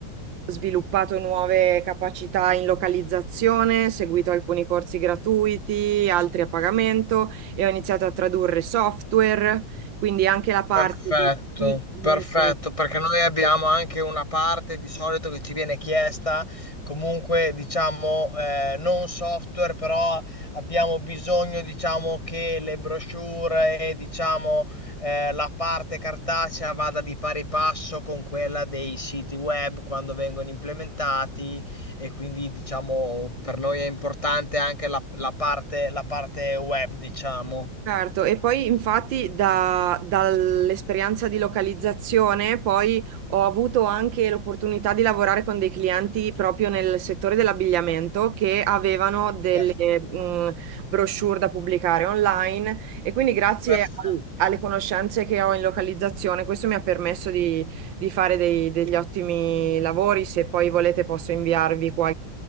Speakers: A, on the right (about 80°); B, on the left (about 20°).
A: sviluppato nuove capacità in localizzazione, seguito alcuni corsi gratuiti, altri a pagamento e ho iniziato a tradurre software, quindi anche la parte
B: Perfetto,
A: di chi comunque
B: perfetto, perché noi abbiamo anche una parte di solito che ci viene chiesta, comunque diciamo eh, non software, però abbiamo bisogno diciamo che le brochure e diciamo eh, la parte cartacea vada di pari passo con quella dei siti web quando vengono implementati e quindi diciamo per noi è importante anche la, la parte, la parte web, diciamo.
A: Certo, e poi infatti da- dall'esperienza di localizzazione poi ho avuto anche l'opportunità di lavorare con dei clienti proprio nel settore dell'abbigliamento che avevano delle
B: Per-
A: mh, brochure da pubblicare online e quindi grazie
B: perfetto.
A: al- alle conoscenze che ho in localizzazione questo mi ha permesso di, di fare dei- degli ottimi lavori. Se poi volete posso inviarvi